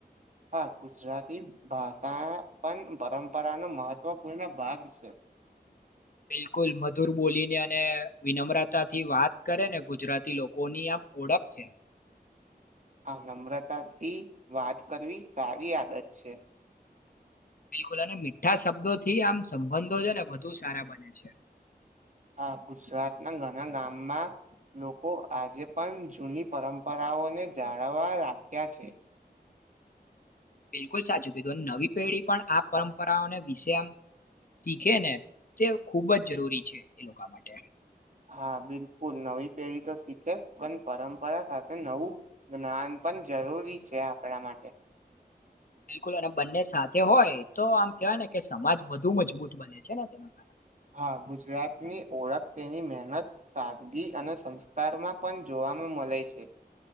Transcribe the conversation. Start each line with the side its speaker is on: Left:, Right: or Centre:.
Right: હા ગુજરાતી ભાષા પણ પરંપરાનો મહત્વપૂર્ણ ભાગ છે
Left: બિલકુલ મધુર બોલીને અને વિનમ્રતાથી વાત કરે ને ગુજરાતી લોકોની આમ ઓળખ છે
Right: આ નમ્રતાથી વાત કરવી સારી આદત છે
Left: બિલકુલ અને મીઠા શબ્દો થી આમ સંબંધો છે ને વધુ સારા બને છે
Right: હા ગુજરાત ના ઘણા ગામમાં લોકો આજે પણ જૂની પરંપરાઓને જાળવા રાખ્યા છે
Left: બિલકુલ સાચું કીધું નવી પેઢી પણ આ પરંપરાઓને વિશે આમ શીખે ને તે ખૂબ જ જરૂરી છે એ લોકો માટે
Right: હા બિલકુલ નવી પેઢી તો શીખે પણ પરંપરા સાથે નવું જ્ઞાન પણ જ જરૂરી છે આપણા માટે
Left: બિલકુલ અને બંને સાથે હોય તો આમ કેહેવાય ને કે સમાજ વધુ મજબૂત બને છે ને તેના કારણે
Right: હા ગુજરાતની ઓળખ તેની મહેનત સાદગી અને સંસ્કારમાં પણ જોવા નું મળે છે